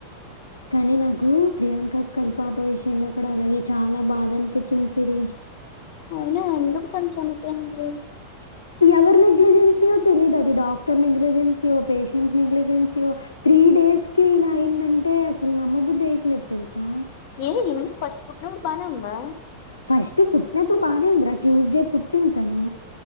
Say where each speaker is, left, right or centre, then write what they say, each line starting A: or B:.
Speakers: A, on the left (about 80°); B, on the left (about 50°).
A: కానీ నాకు ప్రియాంక అక్క పాప విషయంలో కూడా అలాగే చాలా బాధ అనిపించింది సిరి
B: అయినా ఎందు <unintelligible>
A: ఎవరి నెగ్లజెన్సీయో తెలీయదు అది డాక్టర్ నెగ్లజెన్సయో పేషెంట్ నెగ్లజెన్సయో త్రీ డేస్ కే ఇలా అయిందంటే అసలు నమ్మబుద్ధేయట్లేదు తెలుసా
B: అదేనే ఫస్ట్ పుట్ననప్పుడు బానే ఉందా
A: ఫస్ట్ పుట్టినప్పుడు బానే ఉందిరా ట్యూస్డే పుట్టింది తను